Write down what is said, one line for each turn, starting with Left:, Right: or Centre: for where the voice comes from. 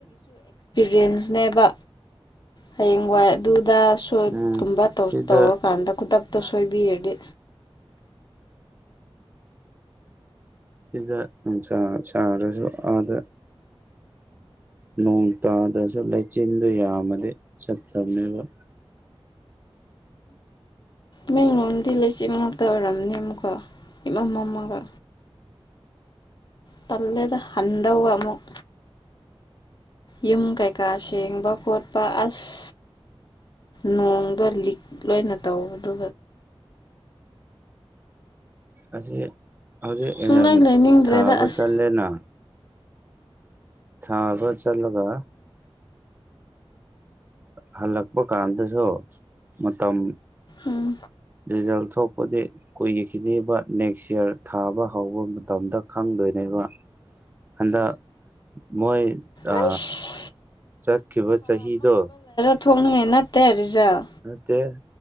Left: ꯔꯦꯟꯁꯅꯦꯕ ꯍꯌꯦꯡ ꯋꯥꯏ ꯑꯗꯨ ꯗꯥ ꯁꯣꯠ
Right: ꯎꯝ
Left: ꯀꯨꯝꯕ
Right: ꯁꯤꯗ
Left: ꯇꯧꯔꯀꯥꯟꯗ ꯈꯨꯗꯛ ꯇꯁꯣꯏꯕꯤꯔꯗꯤ
Right: ꯁꯤꯗ ꯅꯨꯡꯁꯥ ꯁꯥꯔꯁꯨ ꯑꯥꯗ ꯅꯣꯡ ꯇꯥꯗ꯭ꯔꯁꯨ ꯂꯩꯆꯤꯟꯗ ꯌꯥꯝꯃꯗꯤ ꯆꯠꯇꯕꯅꯦꯕ
Left: ꯃꯤ ꯂꯣꯟꯗꯤ ꯂꯩꯆꯤꯟ ꯉꯥꯛꯇ ꯑꯣꯏꯔꯝꯅꯦ ꯑꯃꯨꯛꯀ ꯏꯃꯝ ꯃꯥꯝꯒ ꯇꯂꯦꯗ ꯍꯟꯗꯗꯧꯕ ꯑꯃꯨꯛ ꯌꯨꯝ ꯀꯩꯀꯥ ꯁꯦꯡꯕ ꯈꯣꯠꯄ ꯑꯁ ꯅꯣꯡꯗꯣ ꯂꯤꯛ ꯂꯣꯏꯅ ꯇꯧꯕꯗꯨ
Right: ꯑꯁꯦ ꯍꯧꯖꯤꯛ
Left: ꯁꯨꯡꯂꯩ
Right: ꯑꯦꯖꯝ
Left: ꯂꯩꯅꯤꯡꯗ꯭ꯔꯦꯗ
Right: ꯊꯥꯕ
Left: ꯑꯁ
Right: ꯆꯠꯂꯦꯅ ꯊꯥꯕ ꯆꯂꯒ ꯍꯜꯂꯛꯄ ꯀꯥꯟꯗꯁꯨ ꯃꯇꯝ
Left: ꯎꯝ
Right: ꯔꯦꯁꯨꯜꯠ ꯊꯣꯛꯄꯗꯤ ꯀꯨꯏꯈꯤꯅꯤꯕꯥ ꯅꯦꯛꯁ ꯏꯌꯥꯔ ꯊꯥꯕ ꯍꯧꯕ ꯃꯇꯝꯗ ꯈꯪꯗꯣꯏꯅꯦꯕ ꯍꯟꯗꯛ ꯃꯣꯏ ꯑ
Left: ꯑꯩꯁ
Right: ꯆꯠꯈꯤꯕ ꯆꯍꯤꯗꯣ
Left: ꯊꯣꯛꯅꯤꯡꯉꯦ ꯅꯠꯇꯦ ꯔꯤꯖꯜ
Right: ꯅꯠꯇꯦ